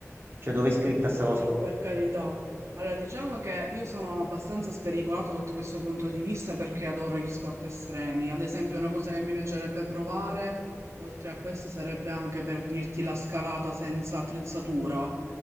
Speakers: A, on the right (about 45°); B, on the right (about 60°).
A: Cioè, dove è scritta
B: No,
A: sta
B: no,
A: cosa?
B: no, per carità. Allora, diciamo che io sono abbastanza spericolata sotto questo punto di vista perché adoro gli sport estremi. Ad esempio, una cosa che mi piacerebbe provare, oltre a questo, sarebbe anche per dirti la scalata senza attrezzatura,